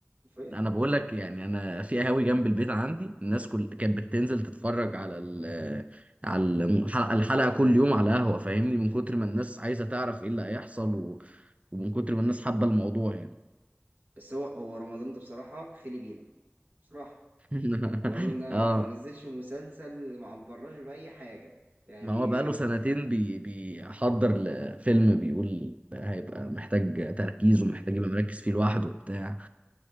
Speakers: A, on the right; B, on the right.
A: فين
B: انا بقول لك يعني انا في قهاوي جنب البيت عندي الناس كل كانت بتنزل تتفرج على ال... على الحلقه الحلقة كل يوم على قهوه فاهمني من كتر ما الناس عايزه تعرف ايه اللي هيحصل و... ومن كتر ما الناس حابه الموضوع يعني
A: بس هو هو رمضان ده بصراحة خلي بينا بصراحة
B: <laughs>
A: رمضان ده
B: اه
A: ما نزلش مسلسل ما عبرناش بأي حاجة يعني
B: ما هو بقاله
A: كان
B: سنتين بي... بيحضر لفيلم بيقول هيبقى محتاج تركيز ومحتاج يبقى مركز فيه لوحده وبتاع